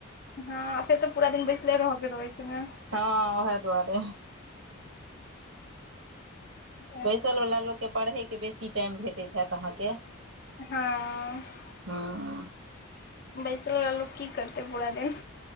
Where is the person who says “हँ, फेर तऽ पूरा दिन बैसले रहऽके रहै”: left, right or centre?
Left